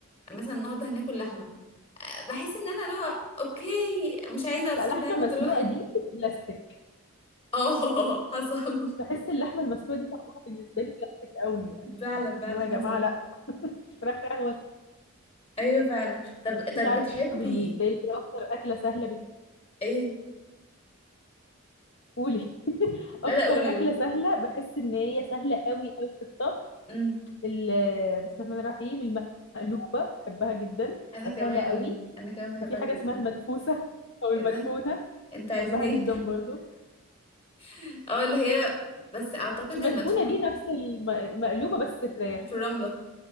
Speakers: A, on the left; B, on the left.
A: مثلا النهارده هناكل لحمة آه بحس ان انا لو اوكي مش عايزة ارفض
B: لا لحمة
A: نعمة
B: مسلوقة
A: <laughs>
B: دي بلاستيك
A: اه <laughs> حصل
B: بحس اللحمه المسلوقه دي طعمها بالنسبه لي بلاستيك قوي يعني
A: فعلا
B: آه،
A: فعلا
B: اللي هو يا جماعه
A: حصل
B: لا <laughs> فراخ قهوه
A: ايوه فعلا طب طب
B: انت عارفه
A: بتحبي
B: بالنسبه لي إيه اكتر اكله سهله بالنسبه
A: ايه
B: لي <laughs>
A: لا
B: اكتر
A: لا قولي قولي
B: اكله سهله بحس ان هي سهله قوي قوي في الطبخ
A: امم
B: ال- بسم الله الرحمن الرحيم المقلوبه بحبها جدا
A: انا
B: فسهله
A: كمان
B: قوي
A: انا كمان بحبها
B: وفي حاجه
A: جدا
B: اسمها المدفوسه <laughs> او المدفونه
A: ايه ده انت عايزين
B: بحبها
A: ايه
B: جدا برضو
A: <laughs> اه اللي هي بس اعتقد
B: المدفونه
A: المدفون
B: دي نفس الم- المقلوبه بس فراخ
A: في الرملة